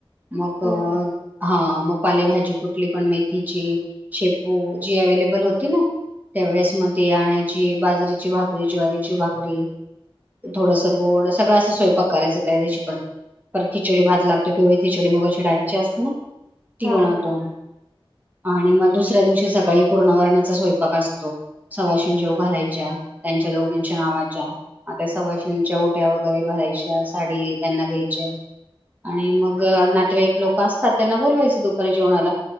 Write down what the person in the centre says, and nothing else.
हो का?
हां,
हां.